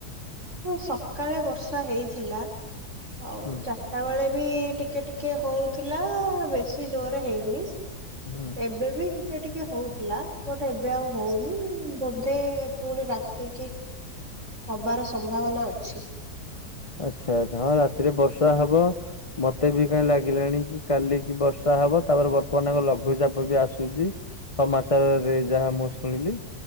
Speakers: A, on the right; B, on the left.
A: ହଁ ସକାଳେ ବର୍ଷା ହେଇଥିଲା ଆଉ
B: ହୁଁ।
A: ଚାର୍ ରଟା ବେଳେ ବି ଟିକେ ଟିକେ ହଉଥିଲା ବେଶି ଜୋରେ ହେଇନି।
B: ହୁଁ
A: ଏବେ ବି ଟିକେ ଟିକେ ହଉଥିଲା ବଟ୍ ଏବେ ଆଉ ହଉନି ବୋଧେ ପୁଣି ରାତିକି ହବାର ସମ୍ଭାବନା ଅଛି।
B: ଆଚ୍ଛା ଆଚ୍ଛା ହଁ ରାତିରେ ବର୍ଷା ହବ। ମତେ ବି କାଇଁ ଲାଗିଲାଣି କି କାଲିକ ବର୍ଷା ହବ ତାପରେ ବର୍ତ୍ତମାନ ଆମ ଲଘୁଚାପ ବି ଆସୁଚି। ସମାଚାରରେ ଯାହା ମୁଁ ଶୁଣିଲି।